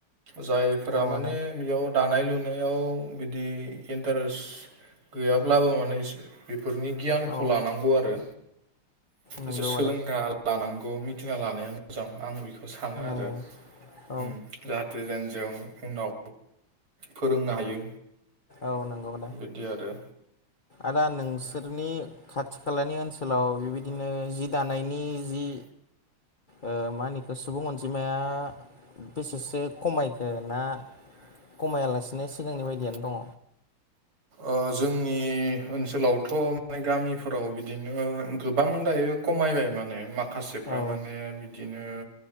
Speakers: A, on the right; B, on the left.
A: जायफोरा
B: औ
A: माने
B: आदा
A: बेयाव दानाय लुनायाव बिदि इन्टारेस्ट गैयाब्लाबो माने दा इसे बेफोरनि गियानखौ
B: औ
A: लानांगौ आरो
B: नंगौ
A: इसे सोलोंथाय
B: आदा
A: ला लानांगौ मिथिना लानाया मोजां आं बेखौ सानो
B: नंगौ
A: आरो
B: औ
A: उम जाहाथे जेन जों उनाव फोरोंनो हायो
B: औ नंगौ नो
A: बिदि आरो
B: आदा नोंसोरनि
A: खाथि
B: खाथि खालानि ओनसोलाव बेबायदिनो
A: ओनसोलाव दानायनि
B: जि दानायनि
A: मा
B: जि
A: होनो
B: ओ मा होनो इखो सुबुं अनजिमाया बेसेसो खमायगोन
A: खमायदों
B: ना
A: ना
B: खमायालासिनो
A: खमायलांदों
B: सिगांनि बायदियानो दङ?
A: ओ जोंनि ओनसोलावथ' माय गामिफोराव बिदिनो गोबां दायो खमायबाय माने माखासे थारमाने
B: औ
A: बिदिनो